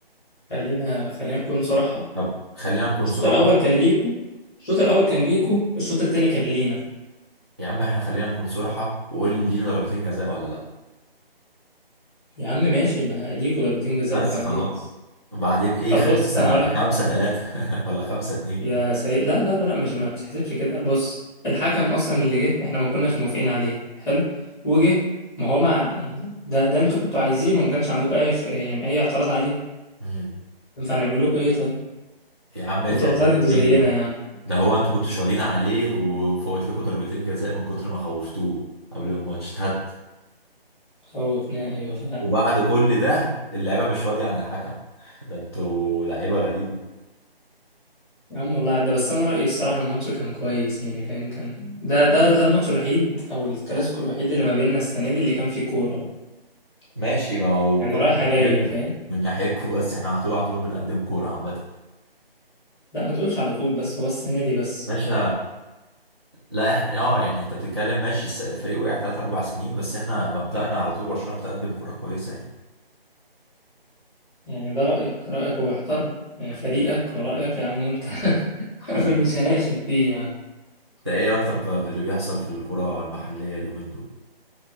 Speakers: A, in the centre; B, on the right.
A: خلينا خلينا نكون صراحه
B: طب خلينا نكون
A: الشوط
B: صراحة
A: الاول كان ليكو الشوط الاول كان ليكو الشوط التاني كان لينا
B: يا عم احنا خلينا نكون صراحة وقول لي لينا ضربتين جزاء ولا لا
A: يا عم ماشي ما ليكو ضربتين جزاء
B: بس
A: وبعد
B: خلاص
A: ايه
B: وبعدين ايه
A: طب
B: خمسة
A: بص انا اقول لك
B: خمسة ثلاثة <laughs> ولا خمسة اتنين
A: يا سيد لا لا لا لا مش ما بتحسبش كده بص الحكم اصلا اللي جه احنا ما كناش موافقين عليه حلو وجه ما هو ما يعني ده ده انتوا كنتوا عايزينه وما كانش عندكم اي خ- يعني اي اعتراض عليه
B: امم
A: فهنعمل لكم ايه طيب
B: يا عم
A: كنتوا
B: تعمل
A: هتعرضوا زينا
B: ايه
A: يا عم
B: ده هو انتوا كنتوا شغالين عليه وفوت لكم ضربتين جزاء من كتر ما خوفتوه قبل الماتش هات
A: خوفنا ايوه فعلا
B: وبعد كل ده اللعيبه مش راضيه عن الحكم <laughs> ده انتوا لعيبه غريبه
A: يا عم والله عدى بس انا رايي الصراحه الماتش كان كويس يعني فاهم كان ده ده ده الماتش الوحيد او الكلاسيكو الوحيد اللي ما بيننا السنه دي اللي كان فيه كوره بقى
B: ماشي ما هو
A: يعني
B: كوره
A: رايحه
B: من
A: جايه
B: ناحيتكم
A: فاهم
B: من ناحيتكم بس احنا على طول على طول بنقدم كوره عامه
A: لا ما تقولش على طول بس هو السنه دي بس
B: باشا لا احنا اه يعني انت بتتكلم ماشي الس- الفريق وقع تلات اربع سنين بس احنا مبدأنا على طول برشلونه بتقدم كوره كويسه يعني
A: يعني ده رأيك رأيك هو يحترم يعني
B: حبيبي
A: فريقك ورأيك يا عم وانت <laughs>
B: حبيبي
A: مش هناقشك فيه يا عم
B: انت ايه رايك طب في اللي بيحصل في الكوره المحليه اليومين دول